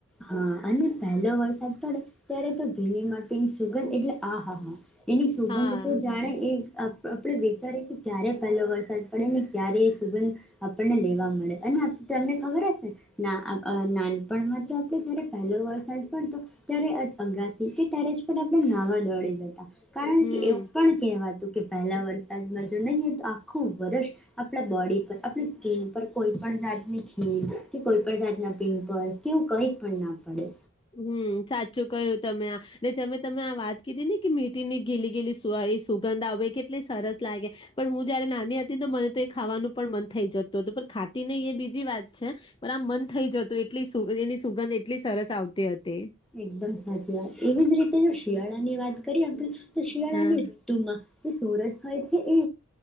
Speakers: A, in the centre; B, on the left (about 20°).
A: હા અને પહેલો વરસાદ પડે ત્યારે તો ભીલી માટીની સુગંધ એટલે આહાહા એની સુગંધ
B: હા
A: તો જાણે એક આપ આપણે વિચારીએ કે ક્યારે પેલો વરસાદ પડે ને ક્યારે સુગંધ આપણને લેવા મળે. એના તમને ખબર હશે ના અ અ નાનપણમાં તો આપણે જ્યારે પેલો વરસાદ પડતો ત્યારે અગાસી કે ટેરેસ પર આપણે નાહવા દોડી જતા. કારણકે
B: હમ
A: એવું પણ કહેવાતું કે પહેલા વરસાદમાં જો નહીં તો આખું વર્ષ આપણા બોડી પર આપણી સ્કીન પર કોઈ પણ જાતની ખીલ કે કોઈ પણ જાતના પીંપલ કેવું કઈ પણ ના પડે.
B: હમ, સાચું કયું તમે આ જેમે તમે આ વાત કીધી ને કે મીઠીની ઘીલી ગીલી સ સુગંધા આવેય કેટલી સરસ લાગે, પણ હું જયારે નાની હતી તો મને તો એ ખાવાનું પણ મન થઈ જતું હતું, પણ ખાતી નહીં એ બીજી વાત છે પણ આ મન થઈ જતું એટલી <unintelligible> સુગંધ એટલી સરસ આવતી. હતી
A: એકદમ સાચી વાત એવી જ રીતે જો શિયાળા ની વાત કરીએ શિયાળા
B: હા
A: ની ઋતુમાં જે સૂરજ હોય છે એ